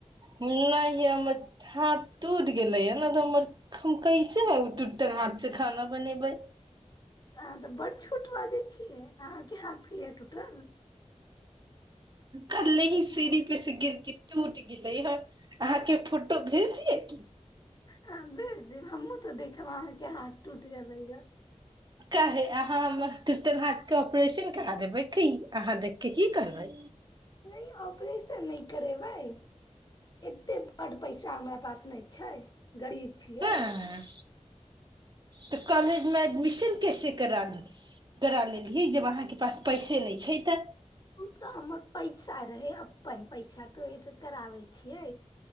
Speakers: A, on the right; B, on the left.
A: नहि हम हँ टूटि गेले या ने त हमर कहै छै ह त हथ च खाना बनेबै
B: तऽ अहाँ तऽ बड़ छोट बाजै छियै आकी हात क एट उट्र
A: कल्ले ही सीढ़ी पे से गिरके टूट गे हे अहाँके फोटो भेज दिय की
B: हँ भेज देब हमहूँ तऽ देखब अहाँके हाथ टूटि गेलैए
A: क ह अाँ त तर हाटके ऑपरेशन कर देै देखी अहाँ देख के की करबइ
B: नहि ऑपरेशन करेबै एते बड पैसा हमरा पास नहि छै गरीब छियै
A: हँ तऽ कॉलेजमे एडमिशन कैसे करा ली करा लेली जब अहाँके पास पैसे नहि छै तऽ
B: ओ तऽ हमर पैसा रहै अपन पैसा तऽ ओहिसँ कराबै छियै